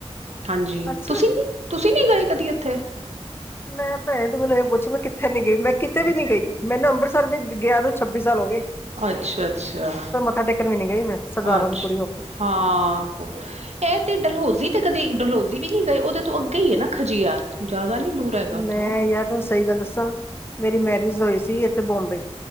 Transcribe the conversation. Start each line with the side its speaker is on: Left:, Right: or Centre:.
Right: ਹਾਂਜੀ,
Left: ਅੱਛਾ
Right: ਤੁਸੀਂ ਨੀ ਤੁਸੀਂ ਨੀ ਗਏ ਕਦੀ ਇੱਥੇ।
Left: ਮੈਂ ਭੈਨ ਤੂੰ ਮੈਨੂੰ ਏ ਪੁੱਛ ਮੈਂ ਕਿੱਥੇ ਨੀ ਗਈ ਮੈਂ ਕਿਤੇ ਵੀ
Right: ਅੱਛਾ
Left: ਨੀ ਗਈ ਮੈਨੂੰ ਅੰਬਰਸਰ ਵਿੱਚ ਗੇਆਂ ਨੂੰ ਛੱਬੀ ਸਾਲ ਹੋ ਗੇ।
Right: ਅੱਛਾ-ਅੱਛਾ।
Left: ਮੱਥਾ ਟੇਕਨ ਵੀ ਨੀ ਗਈ ਮੈਂ। ਸਰਦਾਰਾਂ
Right: ਅੱਛਾ,
Left: ਦੀ ਕੁੜੀ ਹੋ ਕੇ
Right: ਹਾਂ। ਐ ਤੇ ਡਲਹੌਜ਼ੀ ਤੇ ਕਦੇ ਡਲਹੌਜ਼ੀ ਵੀ ਨੀ ਗਏ ਓਦੇ ਤੋਂ ਅੱਗੇ ਈ ਐ ਨਾ ਖਜੀਆਰ, ਜ਼ਾਦਾ ਨੀ ਦੂਰ ਹੈਗਾ ਉੱਥੋਂ
Left: ਮੈਂ ਯਾਰ ਸਹੀ ਗੱਲ ਦੱਸਾਂ, ਮੇਰੀ ਮੈਰਿਜ ਹੋਈ ਸੀ ਏਥੇ ਬੋਂਬੇ।